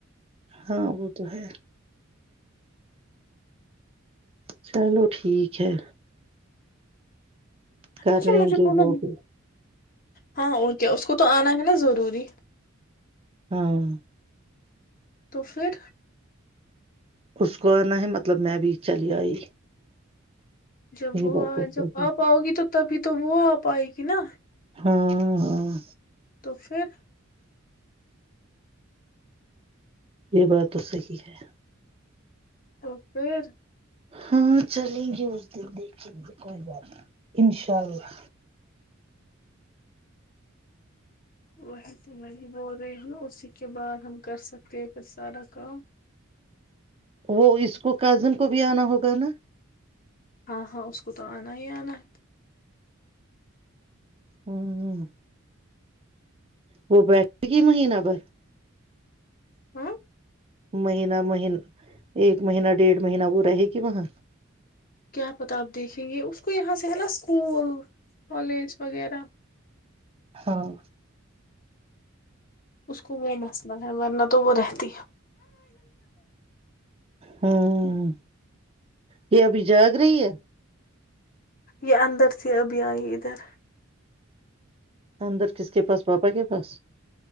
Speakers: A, on the right (about 30°); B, on the left (about 45°).
A: ہاں وہ تو ہے چلو ٹھیک ہے کر
B: اچھا
A: لیں
B: مجھے
A: گے
B: بولو
A: وہ بھی
B: ہاں وہ کیا اس کو تو آنا ہے نا ضروری
A: ہاں
B: تو پھر
A: اس کو آنا ہے مطلب میں بھی چلی آئی
B: جب
A: یہ
B: وہ
A: بات
B: آ
A: تو صحیح
B: جب
A: ہے
B: آپ آؤ گی تو تب پھر تو وہ آپ آئے گی نا
A: ہاں ہاں
B: تو پھر
A: یہ بات تو صحی ہے
B: ا پھر
A: ہاں چلیں گے اس دن دیکھیں گے کوئی بات نہیں انشاء اللہ
B: وہی تو میںریب ہو رہی ہوں اسی کے بعد ہم کر سکتے ہیں پھر سارا کام
A: وہ اس کو کازن کو بھی آنا ہوگا نا
B: ہاں ہاں اس کو تو آنا ہی آنا ہے
A: ہوں ہ وہ بیٹھے گ مہینہ پر
B: ہوں
A: مہینہ مہین ایک مہینہ ڈیڑھ مہینہ وہ رہے گی وہاں
B: کیا پتا آپ دیکھیں گے اس کو یہاں سے ہے نا اسکول کالج وغیرہ
A: ہاں
B: اس کو وہ مسئلہ ہے ورنہ تو تو وہ رہتی ہے
A: ہاں یہ ابھی جاگ رہی ہے
B: یہ اندر تھی اب آئی ادھر
A: اندر کس کے پاس پاپا کے پاس